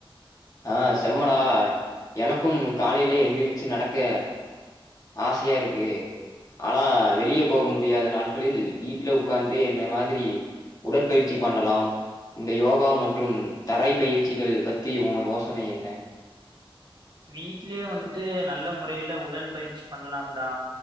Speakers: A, on the left; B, on the right.
A: ஆ செம்மடா எனக்கும் காலைலயே எந்திரிச்சி நடக்க ஆசையா இருக்கு ஆனா வெளியே போக முடியாத நாட்களில் வீட்ல உட்காந்தே என்ன மாதிரி உடற்பயிற்சி பண்ணலாம் இந்த யோகா மற்றும் தரை பயிற்சிகள் பத்தி ஓ யோசனை என்ன
B: வீட்லயே வந்துட்டு நல்ல முறையில உடல் பயிற்சி பண்ணலாம்டா